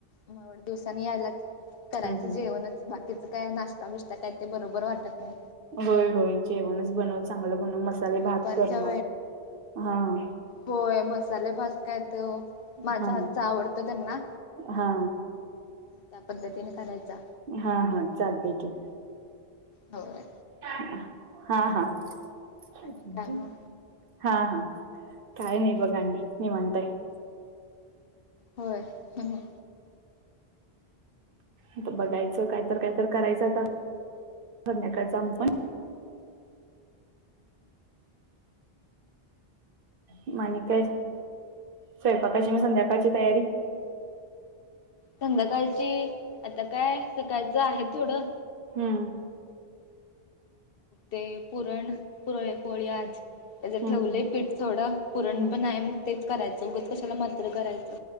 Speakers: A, on the left; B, on the right.
A: मग एवढ्या दिवसाांनी यायलात करायचं
B: हम्म
A: जेवणच बा कीच काय नाष्ता बिष्ता काय बरोबर वाटत नाय.
B: होय होय जेवणचं बनव चांगलं बनव मसाले
A: दुपारच्या
B: भात कर मग हां.
A: होंय मसाले भात काय त्यो माझं
B: हा
A: हातचं आवडतं त्यांना
B: हा
A: त्या पद्धतीने करायचा.
B: हां हां चालतयं की
A: होंय.
B: <inaudible> हां हां. <inaudible>
A: आणि काय मग
B: हां हां काय नाय बघ आणि निवांतयं
A: होंय <unintelligible>
B: आता बघायचं कायतर कायतर करायचं आता संध्याकाळच आम्ही पण मी आणि काय? स्वयैपाकाची मग संध्याकाळची तयारी?
A: संध्याकाळची आता काय सकाळचं आहे थोडं
B: हुं.
A: ते पुरण पुरळ पोळी आज त्याजं
B: हम्म
A: ठेवलयं पीठ थोडं पुरण
B: हम्म
A: पण हाय मग तेच करायचं उगच कशाला मात्र करायचं.